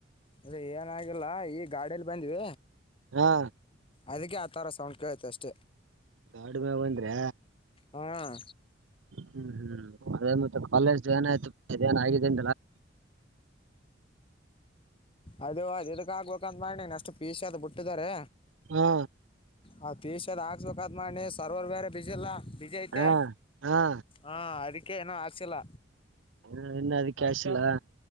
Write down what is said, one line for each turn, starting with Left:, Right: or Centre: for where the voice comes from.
Left: ಅದ ಏನಾಗಿಲ್ಲ ಈ ಗಾಡಿಯಲ್ಲಿ ಬಂದ್ವಿ
Right: ಹಾ
Left: ಅದಕ್ಕೆ ಆ ತರ ಸೌಂಡ್ ಕೇಳೈತೆ ಅಷ್ಟೆ
Right: ಕಾಡುಮಂದ್ರೆ
Left: ಹಾಂ
Right: ಹ್ಮ್ ಹ್ಮ್ ಅದೇ ಮತ್ತೆ ಕಾಲೇಜ್ದ ಏನಾಯ್ತು ಏನ ಆಗಾಗಿದೆ
Left: ಅದು ಅದು ಇದಕ್ಕ ಆಗ್ಬೇಕಂತ ಮಾಡನಿ ಅಷ್ಟು ಪೀಶ ಅದು್ ಬಿಟ್ಟಿದಾರೆ
Right: ಹಾ
Left: ಹಾಕಿಸ್ಬೇಕಂತ ಮಾಡನಿ ಸರ್ವರ್ ಬೇರೆ ಬಿಜಿ ಅಲ್ಲ ಬಿಜಿ ಐತೆ
Right: ಹಾ ಹಾ
Left: ಹಾ ಅದಕ್ಕೆ ಏನೋ ಆಕ್ಸಿಲ್ಲ
Right: ಹ್ಮ ಇನ್ನ ಅದಕೆ ಹಾಕ್ಸಿಲ್ಲ